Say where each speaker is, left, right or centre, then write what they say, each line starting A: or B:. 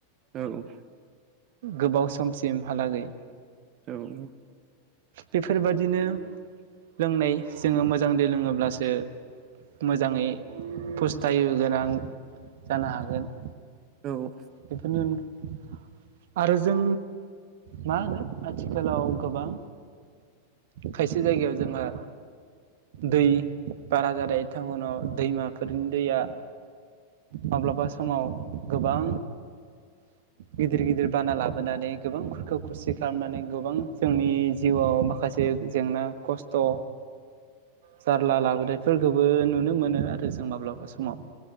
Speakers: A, on the right; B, on the right.
A: औ
B: गोबाव समसिमहालागै
A: औ
B: बेफोरबादिनो लोंनाय जोङो मोजां दै लोङोब्लासो मोजाङै फस्थायो गोनां जानो हागोन
A: औ
B: बेफोरनि <unintelligible> आरो जों मा होनो आथिखालाव गोबां खायसे जायगायाव जोङो दै बारा जानाय टाउनाव दैमाफोरनि दैया माब्लाबा समाव गोबां गिदिर गिदिर बाना लाबोनानै गोबांफोरखौ खुरखा खुसि खालामनानै गोबां जोंनि जिउआव माखासे जेंना खस्थ' जारला लाबोनायफोरखौबो नुनो मोनो आरो जों माब्लाबा समाव।